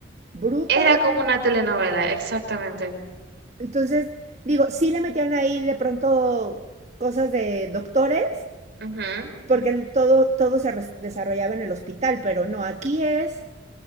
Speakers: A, on the right; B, on the right.
A: bruta.
B: Era como una telenovela, exactamente.
A: Entonces, digo, sí le metieron ahí de pronto cosas de doctores,
B: Ujú,
A: porque el- todo, todo se res- desarrollaba en el hospital, pero no, aquí es